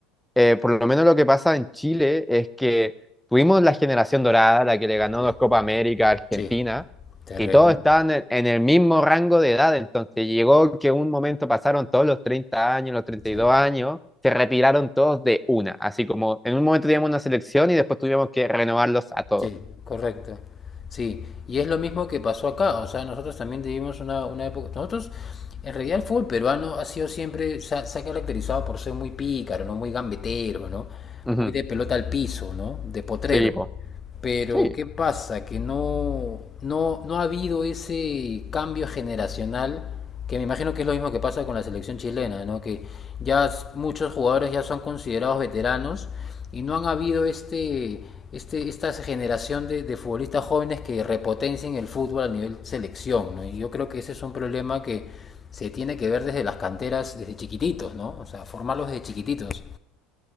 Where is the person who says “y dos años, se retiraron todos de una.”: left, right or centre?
Centre